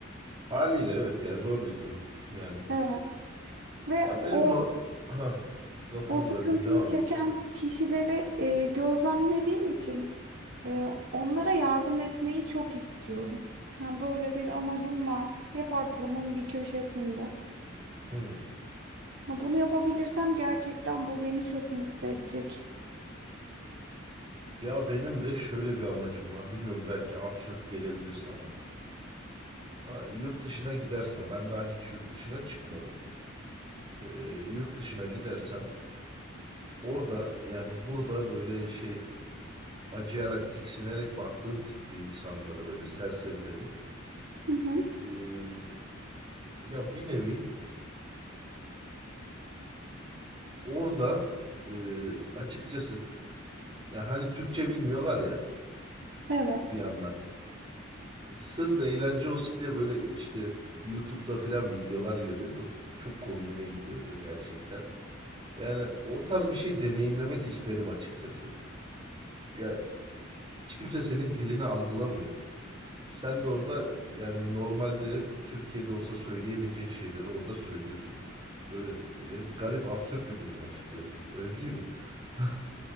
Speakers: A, on the right; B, on the right.
A: Haliyle evet ya zor bir durum. Yani
B: Evet ve
A: ya benim
B: o
A: no ha lafını
B: O sıkıntıyı
A: böldüm devam
B: çeken
A: et lütfen.
B: kişileri e, gözlemlediğim için e, onlara yardım etmeyi çok istiyorum. Yani böyle bir amacım var. Hep aklımın bir köşesinde.
A: Hmm.
B: Ya bunu yapabilirsem gerçekten bu beni çok mutlu edecek.
A: Ya benim de şöyle bir amacım var. Bilmiyorum belki absürt gelebilir sana. Ha, Yurt dışına gidersem ben daha hiç yurt dışına çıkmadım. Ee, yurt dışına gidersem orada yani burada böyle şey acıyarak tiksinerek baktığım tipte insanları böyle serserileri
B: Hı hı.
A: e, ya bir nevi orada e, açıkçası ya hani Türkçe bilmiyorlar ya
B: Evet.
A: bir yandan. Sırf eğlence olsun diye böyle işte YouTube'da falan videolar görüyordum. Çok komiğime gidiyordu gerçekten. Yani o tarz bir şey deneyimlemek isterim açıkçası. Ya hiç kimse senin dilini algılamıyor. Sen de orada yani normalde Türkiye'de olsa söyleyemeyeceğin şeyleri orada söylüyorsun. Böyle ya, garip absürt bir durum açıkçası. Öyle değil mi? <laughs>